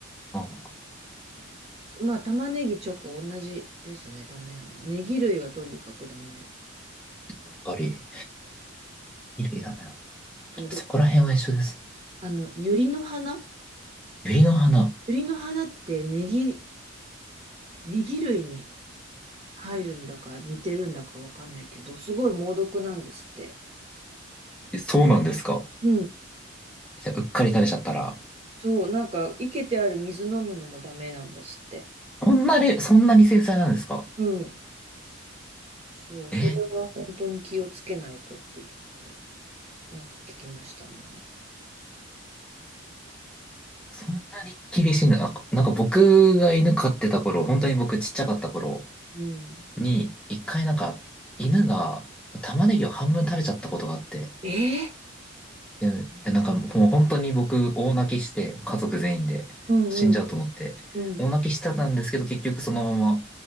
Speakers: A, in the centre; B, on the right.
A: うん、や
B: まあ、玉ねぎ、チョコ、同じですね、ダメなの。ネギ類はとにかくダメ。
A: っぱり、衣類ダメだ。
B: そうで、
A: そこら辺は一緒です。
B: あの、ユリの花
A: ユリの花。
B: ユリの花ってネギ、ネギ類に入るんだか似てるんだかわかんないけど、すごい猛毒なんですって。
A: えそうなんですか。
B: うん。
A: じゃあ、うっかり食べちゃったら、
B: そう、なんか、生けてある水飲むのもダメなんですって。
A: そんなに、そんなに繊細なんですか
B: うん。そう、
A: えー
B: それは本当に気をつけないとって言って、なんか聞きましたね。
A: そんなに厳しいな。なんか、なんか僕が犬飼ってた頃、本当に僕ちっちゃかった頃
B: うん。
A: に、一回なんか犬が玉ねぎを半分食べちゃったことがあって、
B: えー
A: で、でなんかもう本当に僕大泣きして、家族全員で死んじゃうと思って、
B: うんうん。うん。
A: 大泣きしてたんですけど結局そのまま、